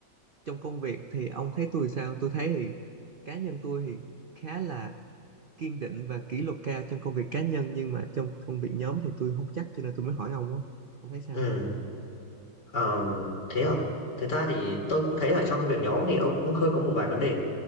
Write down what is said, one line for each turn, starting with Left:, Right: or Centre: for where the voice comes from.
Right: trong công việc thì ông thấy tôi sao tôi thấy thì cá nhân tôi thì khá là kiên định và kỷ luật cao trong công việc cá nhân nhưng mà trong công việc nhóm thì tôi không chắc cho nên tôi mới hỏi ông á ông thấy sao
Left: ừ ờm, thế à thực ra thì tôi cũng thấy ở trong công việc nhóm thì ông cũng hơi có một vài vấn đề